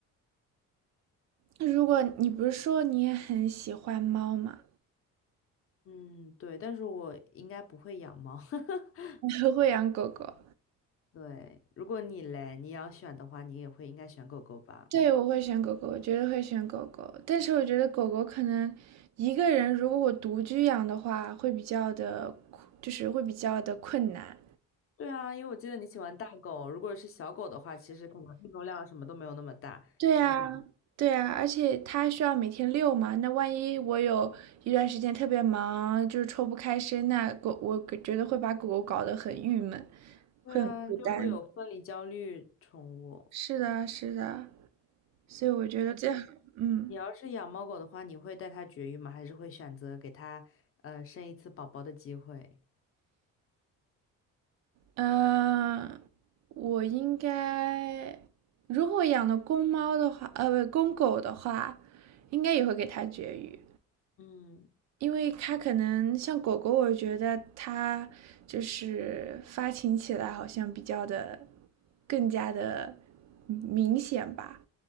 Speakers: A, on the right (about 60°); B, on the left (about 45°).
A: 那如果你不是说你也很喜欢猫吗？
B: 嗯，对，但是我应该不会养猫。<laughs>
A: <laughs> 我会养狗狗，
B: 对，如果你嘞，你要选的话，你也会应该选狗狗吧？
A: 对，我会选狗狗，我绝对会选狗狗。但是我觉得狗狗可能一个人，如果我独居养的话，会比较的，就是会比较的困难。
B: 对啊，因为我记得你喜欢大狗，如果是小狗的话，其实可能运动量什么都没有那么大，
A: 对啊，
B: 其实还。
A: 对啊，而且它需要每天遛嘛，那万一我有一段时间特别忙，就是抽不开身，那狗我觉得会把狗狗搞得很郁闷，
B: 对啊，
A: 会很孤单。
B: 就会有分离焦虑宠物。
A: 是的，是的。所以我觉得这样，嗯，
B: 你要是养猫狗的话，你会带它绝育吗？还是会选择给它呃生一次宝宝的机会？
A: 呃，我应该，如果养的公猫的话，呃，不，公狗的话，应该也会给它绝育，
B: 嗯
A: 因为它可能像狗狗，我觉得它就是发情起来好像比较的更加的明显吧，